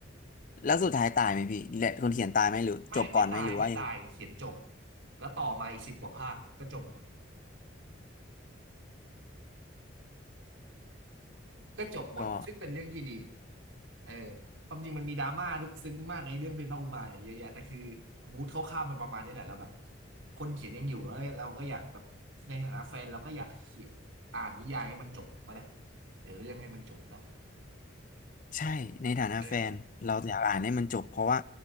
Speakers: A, on the left; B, on the right.
A: แล้วสุดท้ายตายไหมพี่แหละคนเขียนตายไหมหรือจบก่อนไหมหรือว่ายังไง
B: ไม่ไม่ตายไม่ตายเขียนจบแล้วต่อมาอีกสิบกว่าภาคก็จบหมด ก็จบหมดซึ่งเป็นเรื่องที่ดี
A: ก็
B: เออความจริงมันมีดราม่าลึกซึ้งมากในเรื่องเพนพระอุมาเนี่ยเยอะแยะแต่คือมูดคร่าวๆมันประมาณนี้แหละเราแบบคนเขียนยังอยู่แล้วเราก็อยากแบบในฐานะแฟนเราก็อยากเขียนอ่านนิยายให้มันจบถูกไหมนะเดี๋ยวเรื่องให้มันจบเนาะ
A: ใช่ในฐานะแฟนเราอยากอ่านให้มันจบเพราะว่า
B: เออ